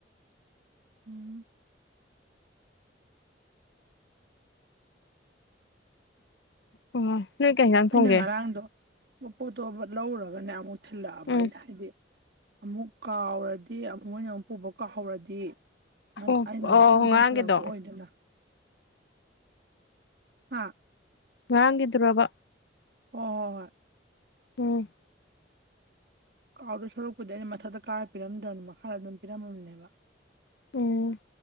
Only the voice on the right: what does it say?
ꯎꯝ
ꯑꯩꯅ
ꯉꯔꯥꯡꯗꯣ ꯄꯣꯠꯇꯣ ꯂꯧꯔꯒꯅꯦ ꯑꯃꯨꯛ ꯊꯤꯜꯂꯛꯑꯕ
ꯑꯩꯅ ꯍꯥꯏꯗꯤ ꯑꯃꯨꯛ ꯀꯥꯎꯔꯗꯤ ꯑꯃꯨꯛ ꯃꯣꯏꯅ ꯑꯃꯨꯛ ꯄꯨꯕ ꯀꯥꯎꯍꯧꯔꯗꯤ
ꯑꯩꯅ
ꯃꯊꯪ ꯃꯊꯪ
ꯊꯤꯜꯂꯛꯄ ꯑꯣꯏꯗꯅ ꯍꯥꯥ
ꯍ ꯍꯣꯏ ꯍꯣꯏ
ꯀꯥꯎꯗꯣ ꯁꯣꯔꯛꯄꯗꯤ ꯑꯩꯅ ꯃꯊꯛꯇ ꯀꯥꯔ ꯄꯤꯔꯝꯗ꯭ꯔꯕꯅꯤ ꯃꯈꯥꯗ ꯑꯗꯨꯝ ꯄꯤꯔꯝꯃꯕꯅꯦꯕ